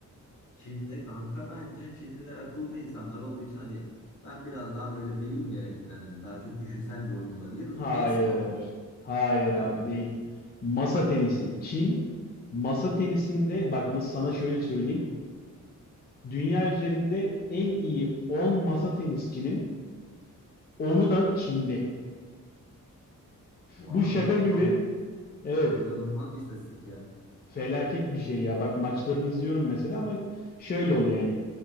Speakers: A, on the left (about 65°); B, on the left (about 30°).
A: Çin'de kanka bence Çinliler akıllı insanlar olduğu için hani ben biraz daha böyle beyin gerektiren hani daha çok düşünsel bir oyun olabilir.
B: Hayır.
A: E-spor.
B: Hayır abi
A: Hadi be.
B: değil. Masa tenisi. Çin masa tenisinde bak nasıl sana şöyle söyleyeyim. Dünya üzerinde en iyi 10 masa tenisçinin onu da Çinli.
A: Bu
B: Bu
A: adamlar
B: şaka gibi.
A: kanka
B: Evet.
A: bu inanılmaz bir istatistik ya.
B: Felaket bir şey ya. Bak maçlarını izliyorum mesela ama şöyle oluyor yani.